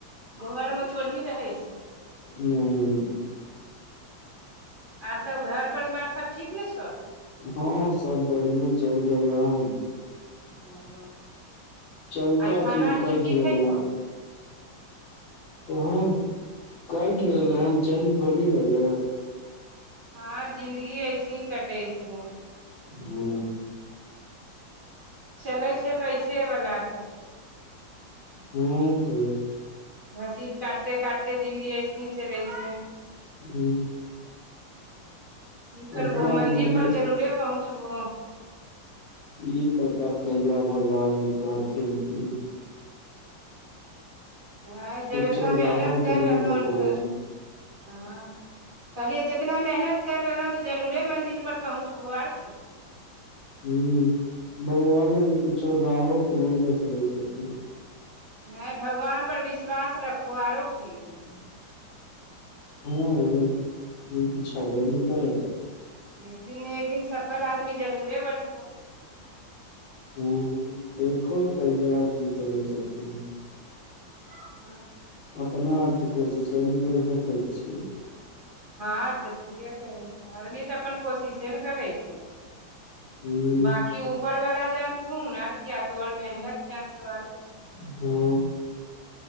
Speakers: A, on the right; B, on the left.
A: घर में थोड़ही रहै छै।
B: हँ
A: आर सब घर परिवार सब ठीक ने छो?
B: हँं सब बढ़िए चलि रहल हन।
A: ह
B: चलता
A: आई खाना आर
B: कटि
A: की की
B: रहले
A: खयलहो।
B: हन कहाँ कटि रहलै हन चल थोड़ी रहलै हन।
A: हँ जिन्दगी ऐसे ही कटे छै।
B: हू
A: चलै छै पैसे वलाक।
B: हँ तऽ।
A: घसीट काटते काटते जिनगी ऐसे ही चलै छै।
B: हू
A: की करबहो
B: अपना
A: मंजिल
B: आरमे रे
A: पर जरूरे पहुँचबहो।
B: ई पता कहिया भगवान जी कहथिन कि।
A: आँ जब
B: कुछो
A: एतना मेहनत
B: राहो
A: करि
B: तऽ नहि
A: रहलहुँ
B: देखबै
A: हन तऽ।
B: छी
A: हँ कहलियै जितना मेहनत करि रहलहुँ। तऽ जरूरे मंजिल पर पहुँचबहो आर की
B: जी भगवाने जे कुछो जाहो तऽ नहि देखबै छथिन।
A: नहि भगवानपर विश्वास रखहो आरो की
B: ह हँ ई तऽ छबे नै करै।
A: एक दिन न एक दिन सफल आदमी जरूरे बनबोह।
B: ह देखो कहिआ की करै छथिन।
A: ह
B: अपना आपके कोशिशो नै करे छैथ। कहै छीयै।
A: ह त ठीके कहै छै आरनी तऽ अपन कोशिशे ने करै छै।
B: हूँ
A: बाकी ऊपर वाला जानथुन आर किया तोर मेहनत जानतौ आर
B: हँ